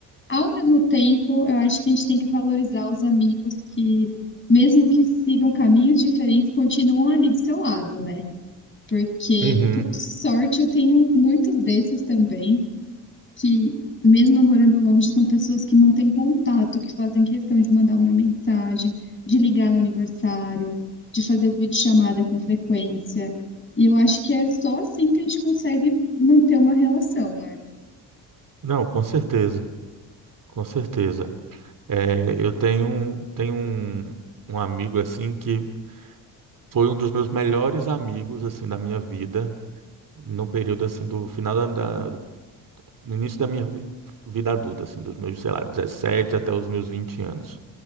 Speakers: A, on the left (about 25°); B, on the right (about 45°).
A: Ao mesmo tempo, eu acho que a gente tem que valorizar os amigos que, mesmo que sigam caminhos diferentes, continuam ali do seu lado, né? porque,
B: Uhum.
A: por sorte, eu tenho muitos desses também, que, mesmo eu morando longe, são pessoas que mantêm contato, que fazem questão de mandar uma mensagem, de ligar no aniversário, de fazer videochamada com frequência. E eu acho que é só assim que a gente consegue manter uma relação, né?
B: Não, com certeza, com certeza. É, eu tenho, tenho um, um amigo assim que foi um dos meus melhores amigos assim da minha vida no período assim do final da, da- no início da minha vida adulta, assim, dos meus, sei lá, 17 até os meus 20 anos.